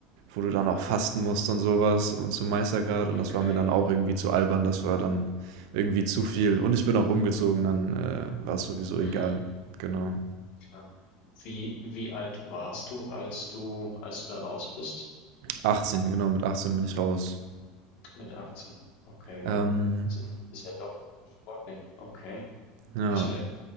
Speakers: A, on the right; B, on the left.
A: wo du dann auch fasten musst und sowas und zum Meistergrad. Und
B: Okay.
A: das war mir dann auch irgendwie zu albern. Das war dann irgendwie zu viel. Und ich bin auch umgezogen, dann äh, war es sowieso egal.
B: Mhm.
A: Genau.
B: Ja. Wie wie alt warst du, als du als du da raus bist?
A: 18, genau, mit 18 bin ich raus.
B: Mit 18. Okay, wow.
A: Ähm,
B: Ist ist ja doch sportlich. Okay,
A: ja.
B: nicht schlecht.